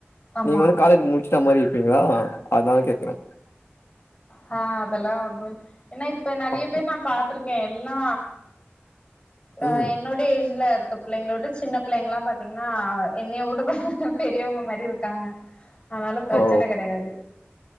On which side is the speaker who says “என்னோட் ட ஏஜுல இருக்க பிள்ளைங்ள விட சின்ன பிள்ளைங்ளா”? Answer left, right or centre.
Left